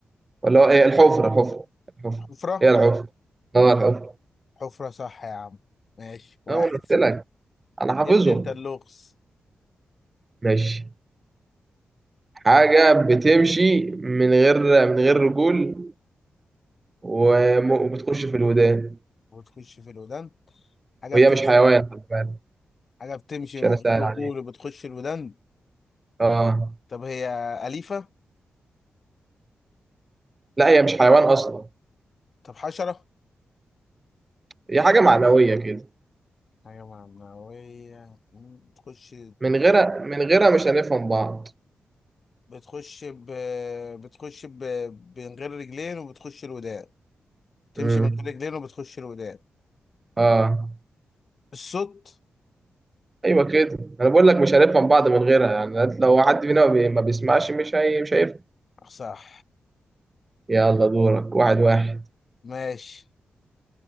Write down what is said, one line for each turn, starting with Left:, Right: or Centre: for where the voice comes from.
Right: ولا هو إيه الحفرة الحفرة الحفرة
Left: حفره
Right: هي الحفرة أه الحفرة
Left: حفرة صح يا عم ماشي واحد
Right: أه أنا قلت
Left: صفر
Right: لك أنا حافظهم
Left: ادي انت اللغز
Right: ماشي حاجة بتمشي من غير من غير رجول وم- وبتخش في الودان
Left: وتخش في الودان حاجة
Right: وهي
Left: بتمشي
Right: مش حيوان خلي بالك
Left: حاجة بتمشي
Right: عشان
Left: من غير
Right: اسهل
Left: رجول
Right: عليك
Left: وبتخش الودان
Right: اه
Left: طب هي أليفة
Right: لا هي مش حيوان اصلا
Left: طب حشرة
Right: هي حاجه معنويه كده
Left: حاجة معنوية مم، بتخش
Right: من غيرها من غيرها مش هنفهم بعض
Left: بتخش ب... بتخش ب... من غير رجلين وبتخش الودان تمشي
Right: امم
Left: من غير رجلين وبتخش الودان
Right: اه
Left: الصوت
Right: ايوه كده انا بقول لك مش هنفهم بعض من غيرها يعني أنت لو حد فينا ما بي- ما بيسمعش مش هي مش هيفهم
Left: صح
Right: يلا دورك واحد واحد
Left: ماشي